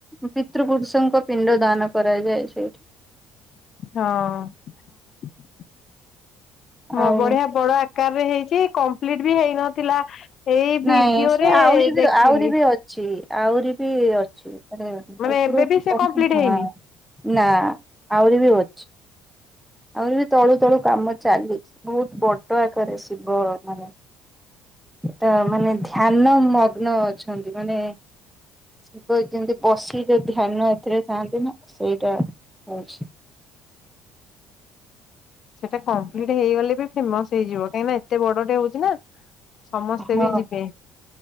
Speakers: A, in the centre; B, on the left (about 55°).
A: ପିତୃପୁରୁଷଙ୍କ ପିଣ୍ଡ ଦାନ କରାଯାଏ ସେଇଠି
B: ହଁ। ମୁଁ
A: ଆଉ
B: ବଢିଆ ବଡ ଆକାରରେ ହେଇଛି କମ୍ପ୍ଲିଟ ବି ହେଇନଥିଲା ଏଇ
A: ନାଇଁ
B: ଭିଡିଓରେ
A: ସେ ଆହୁରି
B: ରେ
A: ବି
B: ଦେଖିଲି
A: ଆହୁରି ବି ଅଛି ଆହୁରି ବି ଅଛି ମାନେ
B: ମାନେ
A: ଉପର
B: ଏବେ ବି ସେ
A: ଉ
B: କମ୍ପ୍ଲିଟ ହେଇନି
A: ହଁ ନା ଆହୁରି ବି ହଛି ଆହୁରି ବି ତଳୁ ତଳୁ କାମ ଚାଲିଛି ବହୁତ ବଡ ଆକାରରେ ଶିବ ମାନେ ତ ମାନେ ଧ୍ୟାନ ମଗ୍ନ ଅଛନ୍ତି ମାନେ ଶିବ ଯେମିତି ବସିିକି ଧ୍ୟାନ ଏଥିରେ ଥାଆନ୍ତି ନା ସେଇଟା ଆଛା।
B: ସେଇଟା କମ୍ପ୍ଲିଟ ହେଇଗଲେ ବି ଫେମସ ହେଇଯିବ କାହିଁକି ନା ଏତେ ବଡଟେ ହଉଛି ନା ସମସ୍ତେ
A: ହଁ
B: ବି ଯିବେ